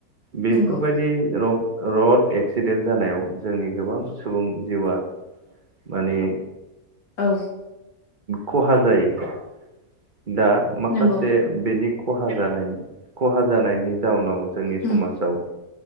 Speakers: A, on the right; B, on the left.
A: बे
B: नंगौ
A: बेफोरबायदि रं रड एक्सिडेन्ट जानायाव जोंनि गोबां सुबुं जिउआ माने
B: औ
A: खहा जायो दा माखासे
B: नंगौ
A: बिनि खहा जानायनि खहा जानायनि जाउनाव जोंनि समाजाव
B: उम
A: ओ